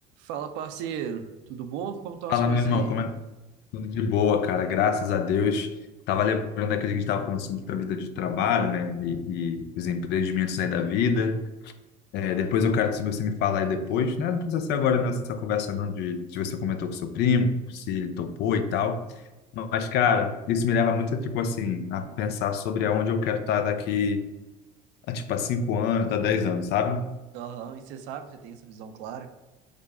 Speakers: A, on the right; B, on the left.
A: Fala, parceiro. Tudo bom? Como estão as
B: Fala,
A: coisas
B: meu irmão,
A: aí?
B: como é que tudo de boa, cara? Graças a Deus. Tava lembrando daquele que a gente tava falando sobre a vida de trabalho, né? E, e os empreendimentos aí da vida. É, depois eu quero que você me fala aí depois, né? Não precisa ser agora nessa conversa, não, de se você comentou com seu primo, se ele topou e tal. Mas, cara, isso me leva muito, tipo assim, a pensar sobre aonde eu quero estar daqui a, tipo, a cinco anos, a dez anos, sabe?
A: Aham, e você sabe, você tem essa visão clara?